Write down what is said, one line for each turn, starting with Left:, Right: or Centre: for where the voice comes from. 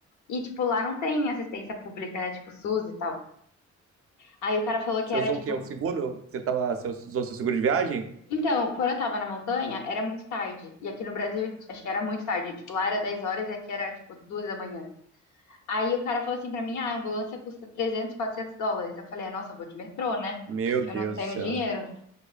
Left: E, tipo, lá não tem assistência pública, né? Tipo, SUS e tal. Aí o cara falou que
Right: Você
Left: era,
Right: usou
Left: tipo,
Right: o quê? O seguro? Você tava, você usou seu seguro de viagem?
Left: Então, quando eu tava na montanha, era muito tarde. E aqui no Brasil, acho que era muito tarde. Tipo, lá era 10 horas e aqui era, tipo, 2 da manhã. Aí o cara falou assim pra mim, ah, a ambulância custa 300 400 dólares. Eu falei, "É, nossa, eu vou de metrô, né?
Right: Meu
Left: Que
Right: Deus
Left: eu não tenho
Right: do céu.
Left: dinheiro.